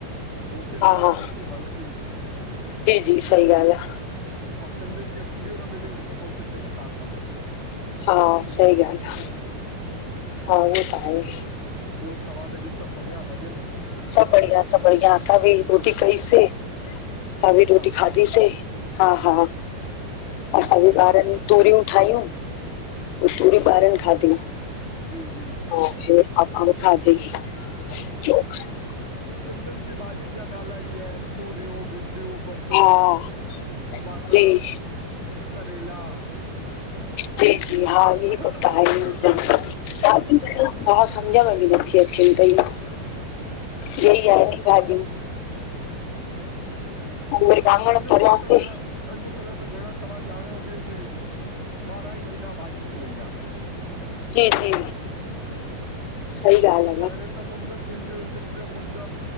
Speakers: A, on the right; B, on the left.
A: रोटी
B: हा
A: तव
B: हा
A: राति जी हल्की।
B: जी, जी सही ॻाल्हि आ।
A: ऐं सिंधियुनि खे भिंडियूं न मिलियूं त पोइ सिंधियुनि छा खाधो।
B: हा सही ॻाल्हि आ, हा उहो त आहे।
A: ॿियो तव्हां ॾे सभु बढ़िया मज़े में।
B: सभु बढ़िया, सभु बढ़िया असां बि रोटी कईसे। असां
A: अच्छा
B: बि रोटी खाधीसे, हा हा
A: हम्म
B: असांजे ॿारनि तूरियूं ठाहियूं, पोइ तूरियूं ॿारनि खाधियूं।
A: जी जी।
B: <unintelligible> असा बि खाधी। <inaudible>
A: सिंधियुनि जी भाॼियुनि जा नाला इहे आहिनि तूरियूं, भिंॾियूं, बसर।
B: हा
A: वांॻड़,
B: जी
A: करेला।
B: जी, जी, हा इहे
A: हम्म
B: सभु त आहिंन, <unintelligible> <unintelligible> हा समझ में बि नथी अचेन <unintelligible>
A: हु।
B: ईहे ही आहिन भाॼु। वरी वाङण
A: अॼ
B: तरियासीं
A: कल्ह त भेण अॼुकल्ह त भेण तव्हां ॼाणियोव थी की ॿारहां ई महीना भाॼी थी वई आ।
B: जी जी। सही ॻाल आ।
A: पहिररीं त मुंद थींदी हुई किथे मुं